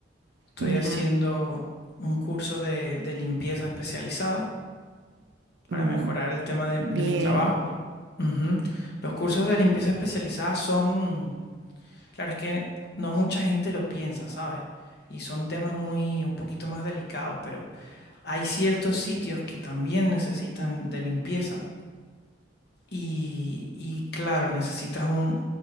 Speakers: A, on the left; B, on the right.
A: Estoy
B: Ya.
A: haciendo un curso de, de limpieza especializada para
B: Mm,
A: mejorar el tema de,
B: bien.
A: de mi trabajo. Ujú. Los cursos de limpieza especializada son, claro, es que no mucha gente lo piensa, ¿sabes? Y son temas muy, un poquito más delicados, pero hay ciertos sitios que también necesitan de limpieza Y, y claro, necesitas un,